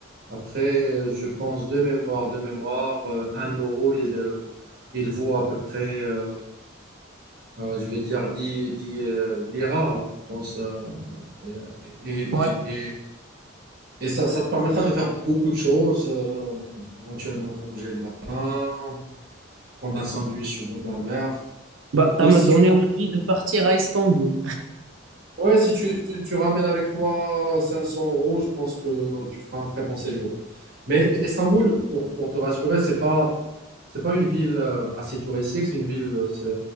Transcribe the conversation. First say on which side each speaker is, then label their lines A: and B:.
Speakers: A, on the right (about 50°); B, on the right (about 80°).
A: Après, euh, je pense de mémoire, de mémoire, euh, un euro, il, euh, il vaut à peu près, euh, euh, je vais dire, dix dix euh, liras, hein, je pense. euh, et, et,
B: Ouais.
A: et, et, et ça, ça te permettra de faire beaucoup de choses, euh, éventuellement manger le matin, prendre un sandwich au bout de la mer.
B: Bah,
A: Du coup,
B: ça m'a
A: si
B: donné
A: tu
B: envie de partir à Istanbul.
A: Ouais, si tu, tu, tu ramènes avec toi 500 euros, je pense que tu feras un très bon séjour. Mais, mais Istanbul, pour, pour te rassurer, c'est pas, c'est pas une ville euh, assez touristique, c'est une ville, euh, c'est